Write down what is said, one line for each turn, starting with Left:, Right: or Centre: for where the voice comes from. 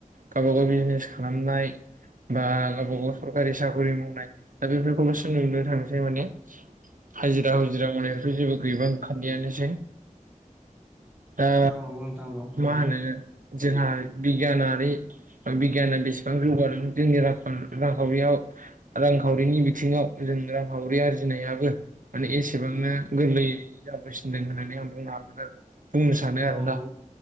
Right: गावबा गाव बिजनेस खालामनाय बा गावब गाव सरकारि साख्रि मावनाय दा बेफोर
Centre: नंगौ नोंथां
Right: <unintelligible> <unintelligible>
Centre: नंगौ
Right: थांसै माने हाजिरा हुजिरा मावनायनिफ्राय जेबो गैबां खालियानियानोसै दा
Centre: औ नंगौ नोंथां नंगौ
Right: मा होनो जोंहा बिगियानारि बि गियाना बेसेबां जौगादों जोंनो रांखावरियाव रांखावरिनि बिथिङाव जों रां हावरि आरजिनायाबो माने एसेबांनो गोरलैय जाबासिनदों होननानै आं बुंनो हागोन आरो बुंनो सानो
Centre: औ
Right: आरोना
Centre: नंगौ